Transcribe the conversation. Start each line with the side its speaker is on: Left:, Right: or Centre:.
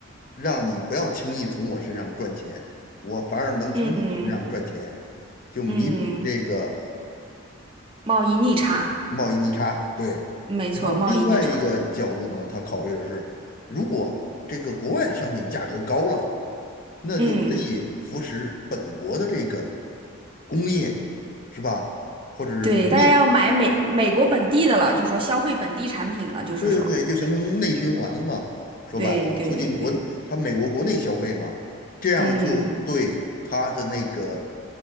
Left: 让你不要轻易从我身上赚钱，我反而能从你身上赚钱，
Right: 嗯
Left: 就弥补这个
Right: 嗯，贸易逆差。
Left: 贸易逆差，对。
Right: 没错，
Left: 然后另外一个角度呢，
Right: 贸易逆差。
Left: 他考虑的是，如果这个国外的商品价格高了，那就可以扶持本国的这个
Right: 嗯，
Left: 工业，是吧？或者是农业，
Right: 对，大家要买美美国本地的了，就是说消费本地产品了，就是说，
Left: 对对对，就形成内循环了嘛。说白了，
Right: 对对对对，
Left: 促进国，他美国国内消费嘛，这样就对他的那个
Right: 嗯